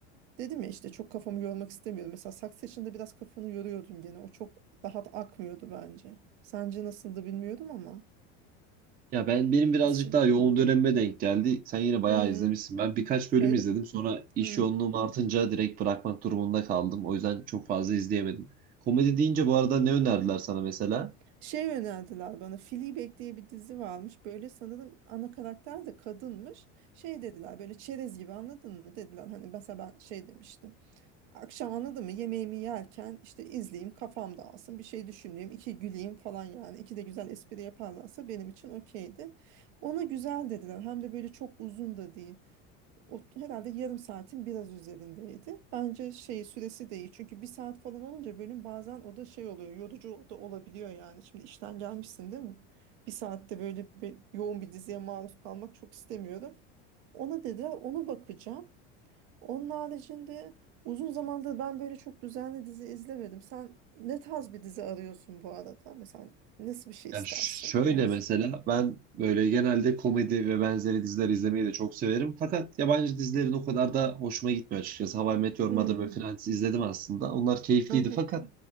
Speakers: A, on the right; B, on the right.
A: Dedim ya işte çok kafamı yormak istemiyorum. Mesela Succession'da biraz kafanı yoruyordun gene. O çok rahat akmıyordu bence. Sence nasıldı bilmiyorum ama.
B: Ya ben benim birazcık
A: Şey.
B: daha yoğun dönemime denk geldi. Sen yine bayağı
A: Hmm,
B: izlemişsin. Ben birkaç bölüm
A: öyle.
B: izledim. Sonra iş
A: Hmm.
B: yoğunluğum artınca direkt bırakmak durumunda kaldım. O yüzden çok fazla izleyemedim. Komedi deyince bu arada ne önerdiler sana mesela?
A: Şey önerdiler bana. Fleabag diye bir dizi varmış. Böyle sanırım ana karakter de kadınmış. Şey dediler böyle çerez gibi anladın mı? Dediler hani mesela ben şey demiştim. Akşam anladın mı? Yemeğimi yerken işte izleyeyim, kafam dağılsın, bir şey düşünmeyeyim, iki güleyim falan yani. İki de güzel espri yaparlarsa benim için okeydi. Ona güzel dediler. Hem de böyle çok uzun da değil. O, herhalde yarım saatin biraz üzerindeydi. Bence şey süresi de iyi. Çünkü bir saat falan olunca bölüm bazen o da şey oluyor. Yorucu da olabiliyor yani. Şimdi işten gelmişsin değil mi? Bir saatte böyle bir, yoğun bir diziye maruz kalmak çok istemiyorum. Ona dediler, onu bakacağım. Onun haricinde uzun zamandır ben böyle çok düzenli dizi izlemedim. Sen ne tarz bir dizi arıyorsun bu arada? Mesela nasıl bir şey
B: Ya
A: istersin?
B: şöyle
A: Olsun.
B: mesela ben böyle genelde komedi ve benzeri diziler izlemeyi de çok severim. Fakat yabancı dizilerin o kadar da hoşuma gitmiyor açıkçası. How I Met Your
A: Hmm.
B: Mother ve Friends izledim aslında. Onlar keyifliydi
A: Aha.
B: fakat